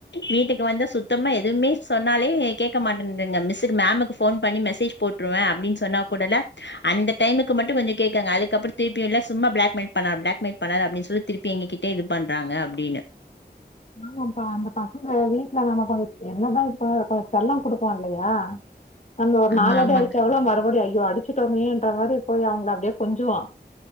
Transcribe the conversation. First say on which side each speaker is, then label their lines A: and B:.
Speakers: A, on the left; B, on the left.
A: வீட்டுக்கு வந்த சுத்தமா எதுமே சொன்னாலே கேக்க மாட்டேன்துங்க மிஸ்க்கு மேமுக்கு ஃபோன் பண்ணி மெசேஜ் போட்ருவே அப்டின்னு சொன்னா கூடல்ல அந்த டைமுக்கு மட்டு கொஞ்ச கேக்குங்க அதுக்கப்புற திருப்பி இல்ல சும்மா ப்ளாக்மெயில் பன்னா ப்ளாக்மெயில் பன்னாத அப்டின்னு சொல்லி திருப்பி எங்க கிட்டே இது பண்றாங்க அப்டினு
B: ஆமாப்பா அந்த பசங்க வீட்ல நம்ம கொஞ்ச என்னதா இப்ப கொஞ்ச செல்ல கொடுப்போ இல்லையா அந்த ஒரு
A: ஆமா
B: நாளடி
A: ஆமாக்
B: அடிச்சா கூட மறுபடியு ஐயோ அடிச்சுட்டோமேன்ற மாரி போய் அவுங்கல அப்டியே கொஞ்சுவா